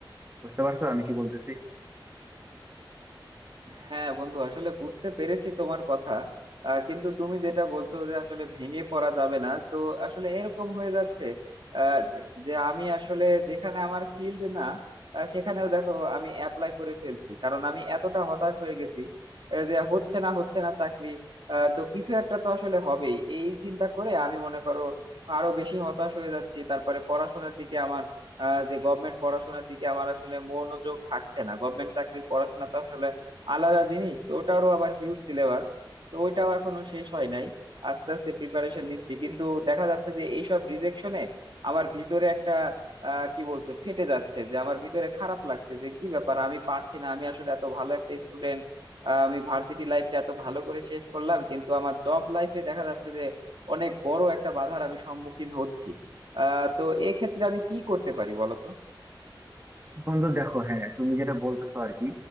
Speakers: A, on the right (about 30°); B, on the right (about 75°).
A: বুঝতে পারছো আমি কি বলতেছি
B: হ্যাঁ বন্ধু আসলে বুঝতে পেরেছি তোমার কথা আহ, কিন্তু তুমি যেটা বলছো যে আসলে ভেঙে পড়া যাবে না তো আসলে এরকম হয়ে যাচ্ছে আহ, যে যে আমি আসলে যেখানে আমার ফিল্ড না আহ, সেখানেও দেখো আমি অ্যাপ্লাই করে ফেলছি কারণ আমি এতটা হতাশ হয়ে গেছি আহ, যে হচ্ছে না হচ্ছে না চাকরি আহ, তো কিছু একটা তো আসলে হবেই এই চিন্তা করে আমি মনে করো আরো বেশি হতাশ হয়ে যাচ্ছি তারপরে পড়াশোনার দিকে আমার আহ, যে গভর্নমেন্ট পড়াশোনার দিকে আমার আসলে মনোযোগ থাকছে না গভর্নমেন্ট চাকরির পড়াশোনা তো আসলে আলাদা জিনিস তো ওটারও আবার হিউজ সিলেবাস তো ওইটাও এখনো শেষ হয় নাই আস্তে আস্তে প্রিপারেশন নিচ্ছি কিন্তু দেখা যাচ্ছে যে এইসব রিজেকশনে আমার ভিতরে একটা আহ কি বলছে ফেটে যাচ্ছে যে আমার ভিতরে খারাপ লাগছে যে কি ব্যাপার আমি পারছি না আমি আসলে এত ভালো একটা স্টুডেন্ট আমি ভার্সিটি লাইফটা এত ভালো করে শেষ করলাম কিন্তু আমার জব লাইফে দেখা যাচ্ছে যে অনেক বড় একটা বাধার আমি সম্মুখীন হচ্ছি আহ তো এক্ষেত্রে আমি কি করতে পারি বলো তো
A: বন্ধু দেখো হ্যাঁ তুমি যেটা বলতেছো আর কি